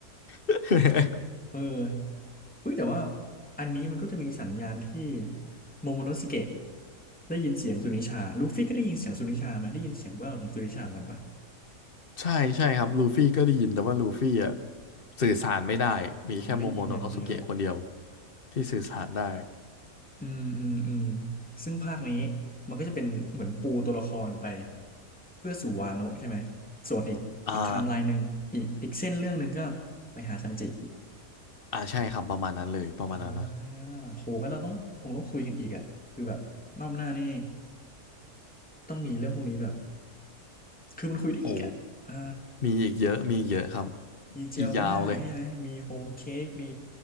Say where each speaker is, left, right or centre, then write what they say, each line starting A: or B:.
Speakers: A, on the left; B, in the centre.
A: <laughs>
B: เออเฮ้ยแต่ว่าอันนี้มันก็จะมีสัญญาณที่โมโมโนสเกะได้ยินเสียงสุนิชาลูฟี่ก็ได้ยินเสียงสุนิชาไหมได้ยินเสียงแว่วของสุนิชาเหมือนกันปะ
A: ใช่ใช่ครับลูฟี่ก็ได้ยินแต่ว่าลูฟี่อ่ะสื่อสารไม่ได้มีแค่โมโมโนสเกะคนเดียว
B: อ๋อได้ยินอย่างเดียว
A: ที่สื่อสารได้
B: อืมอืมอืมซึ่งภาคนี้มันก็จะเป็นเหมือนปูตัวละครไปเพื่อสู่วาโนะใช่ไหมส่วนอีกอีกไทม์ไลน์หนึ่งอีกอีกเส้นเรื่องหนึ่งก็
A: อ่า
B: ไปหาซันจิ
A: อ่าใช่ครับประมาณนั้นเลยประมาณนั้นนะ
B: อ่าโหงั้นเราต้องคงต้องคุยกันอีกอ่ะคือแบบรอบหน้านี่ต้องมีเรื่องพวกนี้แบบคือมันคุยได้อีกอ่ะอ่า
A: โอ้มีอีกเยอะมีอีกเยอะครับ
B: มีเจลมาใช่ไหมมีโฮมเค้กมี
A: อีกยาวเลย